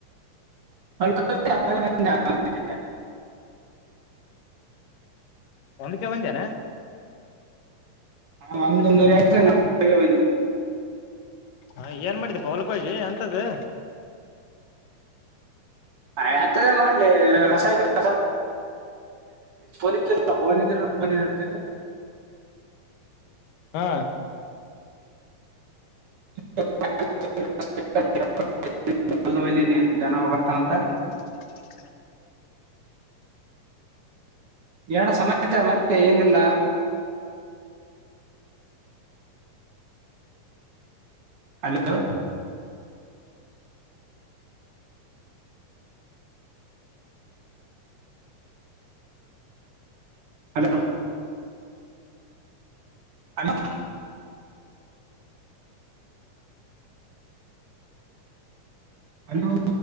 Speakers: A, on the right; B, on the left.
A: <unintelligible> <unintelligible> <unintelligible> <unintelligible>
B: ಒಂದ್ಕ ಬಂದ್ಯಾನ
A: ಹಾ ಒಂದ್ ಒಂದೊಂವರೆ ಅವಾಗೆ ಬಂದಿ
B: ಹ ಏನ್ ಮಾಡಿದ್ದುಪವಲ್ಕೋಗಿ ಅಂತದು
A: ಏ ಹಂತದೇನ್ ಮಾಡ್ಲಿ ಕಸ ಐತೆ ಕಸ ಫೋನ್ ಇದ್ದಿಲ ಫೋನ್ ಇದಿದ್ರೆ ಫೋನ್ ಇರ್ತಿದ್ದೆ
B: ಹಾ
A: <unintelligible> <unintelligible> ಜನ ಬರ್ತಂತ
B: <inaudible>
A: ಏನಣ್ಣ ಸಮಾಚಾರ ಮತ್ತೆ ಏನಿಲ್ಲ ಹಲೋ ಹಲೋ ಹಲೋ ಹಲೋ